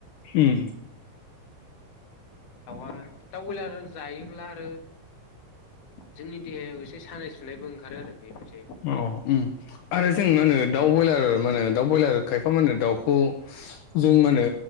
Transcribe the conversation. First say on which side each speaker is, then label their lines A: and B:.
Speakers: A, on the left (about 75°); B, on the left (about 50°).
A: उम
B: दाउआ दाउ बयलार जायोब्ला आरो जोंनि देहायाव एसे सानाय सुनायबो ओंखारो आरो। बे मोनसे
A: अ उम आरो जों मा होनो दाउ बयलार मा होनो दाउ बयलार खायाफा मा होनो दाउखौ जों मा होनो